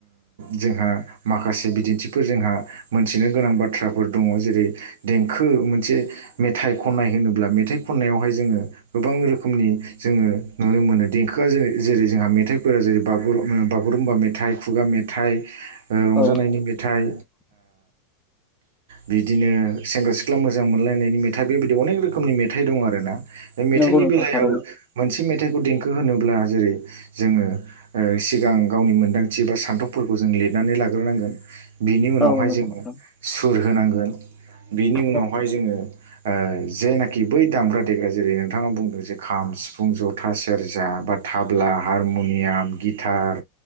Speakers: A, on the right; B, on the left.
A: जोंहा माखासे बिदि फोर जोंहा मोनथिनो गोनां बाथ्राफोर दङ जेरै देंखो मोनसे मेथाइ ख खननाय होनोब्ला मेथाइ खननायावहाय जोङो गोबां रोखोमनि जोङो नुनो मोनो देंखोआ जो जेरै जोंहा मेथाइफोरा जेरैुर बागुरुम्बा मेथाइ खुगा मेथाइ रंजानायनि
B: औ
A: मेथाइ बिदिनो सेंग्रा सिख्ला मोजां मोनलायनायनि मेथाइ बेबायदि बे अनेक रोखोमनि मेथाइ दं आरोना बे मेथाइनि
B: नंगौ नोंथां
A: बेलायाव
B: थारैनो
A: मोनसे मेथाइखौ देंखो होनोब्ला जेरै जोंङो सिगां गावनि मोन्दांथि बबा सान्थौफोरखौ जों लिरनानै लाग्रोनांगोन बिनि उनावहाय
B: औ नंगौ
A: जोंङो
B: नोंथां
A: सुर होनांगोन बिनि उनावहाय
B: औ
A: जोंङो जेनाखि बै दामग्रा देग्रा जेरै नोंथाङा बुंदों जे खाम सिफुं जथा सेरजा बा थाब्ला हारमुनियाम गिटार